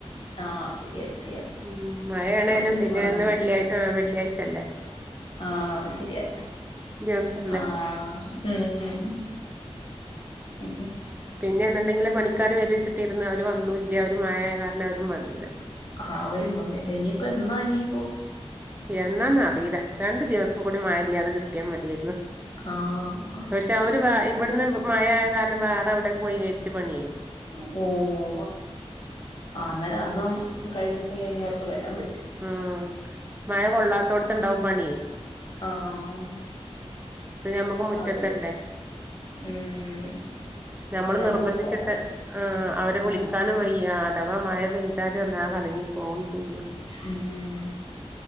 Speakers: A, on the left; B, on the right.
A: ആഹ് ശരിയാ ശരിയാ
B: ഉം മഴയാണേനും
A: മഴയത്തെങ്ങും
B: പിന്നെ
A: എറങ്ങാൻ
B: ഇന്ന്
A: പറ്റില്ല
B: വെള്ളിയായി വെള്ളിയാഴ്ച്ചല്ലേ
A: ആഹ് അത് ശരിയാ
B: ദിവസല്ലേ
A: ആഹ് ഉം ഉഹ് ഉം
B: പിന്നെ എന്നുണ്ടെങ്കില് പണിക്കാര് വെരുച്ചിട്ടിരുന്ന് അവർ വന്നുല്ല അവര് മഴ ആയ കാരണം അവരും വന്നീല്ല
A: ആഹ് അവരും വന്നില്ല ഇനിയിപ്പോ എന്നാ ഇനിപ്പോ
B: എന്നാന്ന് അറിയില്ല രണ്ടു ദിവസം കൂടി മഴയില്ലാതെ കിട്ടിയാ മതിയായിരുന്നു
A: ആഹ്
B: പക്ഷെ അവര് വ ഇവിടുന്ന് മഴയായ കാരണം വേറെ എവിടെ പോയി ഏറ്റു പണിയെ
A: ഉം ആഹ് അന്നേരം അതും കഴിഞ്ഞിട്ടല്ലേ ഇനി അവർക്ക് വരാൻ പറ്റൂ
B: ഉം മഴ കൊള്ളാത്തോടത്ത് ഇണ്ടാവും പണിയെ
A: ആഹ്
B: ഇപ്പൊ നമ്മുക്ക് മുറ്റത്തല്ലേ
A: അത് വരും ഉം
B: നമ്മള്
A: അന്നേരം
B: നിർബന്ധിച്ചിട്ട്
A: അതും ഒരു പാടായി
B: ആഹ് അവര് വിളിക്കാനും
A: ആഹ്
B: വയ് യാ അഥവാ മഴ പെയ്താല് ഒന്നാക കലങ്ങി പോകും ചെയ്യും
A: ഉം